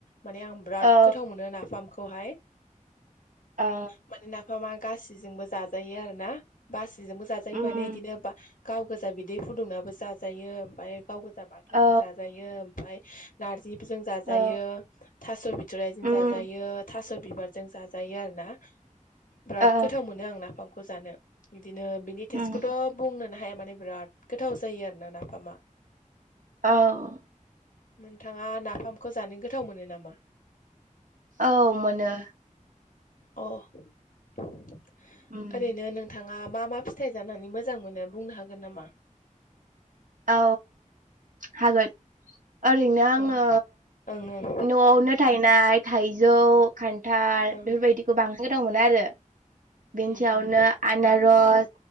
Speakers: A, on the left; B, on the right.
A: माने आं बिराद
B: औ
A: गोथाव मोनो ना फामखौहाय।
B: ओ
A: माने नाफामा गाससिजोंबो जाजायो आरो ना। गासैजोंबो जाजायो
B: उम
A: माने बिदिनो बा गाव गोजा बिदै फुदुंनाबो जाजायो ओमफ्राय गाव गोजा बाथोनबो
B: औ
A: जाजायो ओमफ्राय नारजिफोरजों जाजायो
B: औ
A: थास' बिथ'राइजों
B: उम
A: जाजायो थास' बिबारजों जाजायो आरो ना। बिराद
B: औ
A: गोथाव मोनो आं नाफामखौ जानो बिदिनो बिनि टेस्टखौथ'
B: उम
A: बुंनो नाङा माने बिराद गोथाव जायो आरो ना नाफामा।
B: औ
A: नोंथाङा नाफामखौ जानो गोथाव मोनो नामा?
B: औ मोनो।
A: अ ओरैनो
B: उम।
A: नों नोंथाङा मा मा फिथाइ जानानै मोजां मोनो बुंनो हागोन नामा?
B: औ हागोन ओरैनो आङो
A: अ ओं ओं
B: न'आवनो थायनाय थाइजौ खान्थाल
A: ओं
B: बेफोरबायदिखौ बांसिन गोथाव मोनो आरो। बेनि
A: उम
B: सायावनो
A: उम
B: आनारस